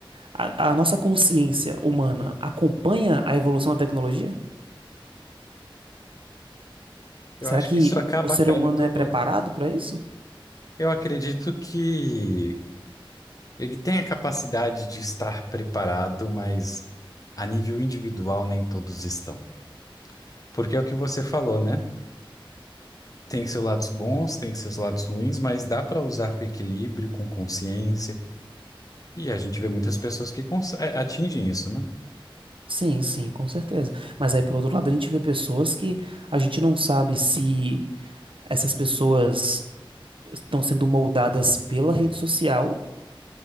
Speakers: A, on the right (about 70°); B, on the left (about 40°).
A: A, a nossa consciência humana acompanha a evolução da tecnologia?
B: Eu
A: Será
B: acho
A: que
B: que isso acaba
A: o ser
B: caindo
A: humano é
B: no.
A: preparado para isso?
B: Eu acredito que ele tem a capacidade de estar preparado, mas a nível individual nem todos estão. Porque é o que você falou, né? Tem seus lados bons, tem seus lados ruins, mas dá para usar com equilíbrio, com consciência. E a gente vê muitas pessoas que cons- a- atingem isso, né?
A: Sim, sim, com certeza. Mas aí, por outro lado, a gente vê pessoas que a gente não sabe se essas pessoas estão sendo moldadas pela rede social